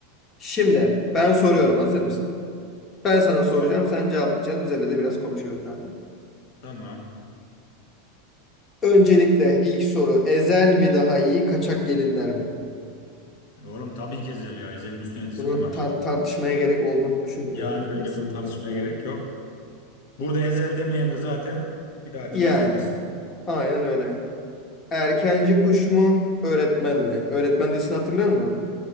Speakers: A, on the left; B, on the left.
A: Şimdi ben soruyorum.
B: Tamam Abi.
A: Hazır mısın? Ben sana
B: Sor.
A: soracağım. Sen cevaplayacaksın. Üzerine de biraz konuşuyoruz zaten.
B: Tamam.
A: Öncelikle ilk soru. Ezel mi daha iyi? Kaçak gelinler mi?
B: Oğlum tabii ki Ezel ya. Ezel'in üstüne dizi
A: Bunu
B: mi var?
A: tar- tartışmaya gerek olduğunu düşünmüyorum.
B: Yani bence
A: Kesinlikle.
B: bunu tartışmaya gerek yok. Burada Ezel demeyen de zaten bir daha
A: Yani.
B: dizi izlemesin.
A: Aynen öyle. Erkenci kuş mu, öğretmen mi? Öğretmen dizisini hatırlıyor musun?